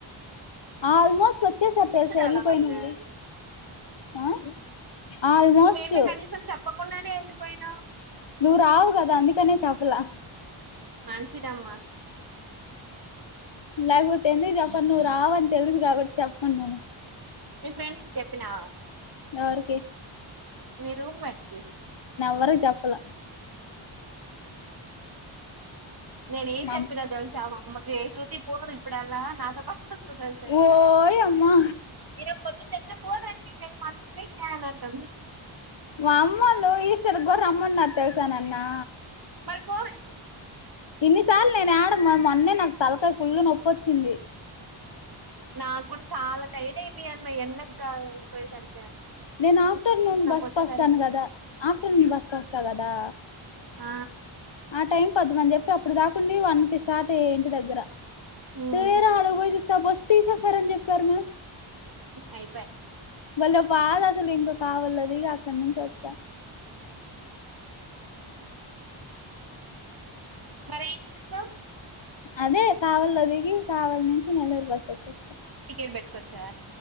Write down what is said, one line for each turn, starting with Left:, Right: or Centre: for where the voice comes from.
Left: ఆల్మోస్ట్ వచ్చేసారు తెలుసా
Right: కాదా
Left: వెళ్ళిపోయినోళ్ళు
Right: మన్నా
Left: ఆ ఆల్మోస్ట్
Right: నువ్వేమి కనీసం చెప్పకుండానే వెళ్ళిపోయినావు
Left: నువ్వు రావు కదా అందుకనే చెప్పలా
Right: మంచిదమ్మా
Left: లేకపోతే ఎందుకు చెప్పను నువ్వు రావని తెలుసు కాబట్టి చెప్పకుండా
Right: మీ ఫ్రెండ్ కి చెప్పినావా
Left: ఎవరికి
Right: మీ రూమ్మేట్ కి
Left: వరకి చెప్పలా
Right: నేను ఏం
Left: మా
Right: చెప్పినా
Left: అమ్
Right: తెలుసా మాఅమ్మకి శ్రుతి పోదు ఇప్పుడెల్లా నాతో పాటు ఉంటదని చెప్పినా
Left: ఓయమ్మా
Right: <unintelligible> నంటంది
Left: వామ్మో నువ్వు ఈష్టర్ కి కూడా రమ్మన్నారు తెల్సా నన్ను
Right: మళ్ళీ పోవే
Left: ఇన్నిసార్లు నేను ఏడమ్మ మొన్నే నాకు తలకాయ ఫుల్లు నొప్పోచ్చింది
Right: నాకు కూడా చాలా టైడ్ అయిపోయాను మ్మాయ్ ఎన్న కఅయిపోయేసరి
Left: నేను ఆఫ్టర్నూన్ బస్సుకు
Right: వచ్చేసరికి
Left: వస్తాను కదా ఆఫ్టర్నూన్ బస్కు వస్తా కదా
Right: ఆ
Left: ఆ టైం కొద్దామని చెప్పి అప్పుడు దాకుండి వన్ కి స్టార్ట్ అయ్యా ఇంటి దగ్గర
Right: హ్మ్
Left: తీరా ఆడకు పోయి చూస్తే ఆ బస్ తీసేసారని చెప్పారు మా
Right: అయిపో
Left: భలే బాధ అసలు ఇంకా కావలిలో దిగి ఇక అక్కడి నుంచి వచ్చా
Right: మరి ఏం చేసినవ్
Left: అదే కావల్లో దిగి కావల నుంచి నెల్లూరు బస్ ఎక్కి వచ్చా
Right: టిఫిన్ పెట్టుకొచ్ఛా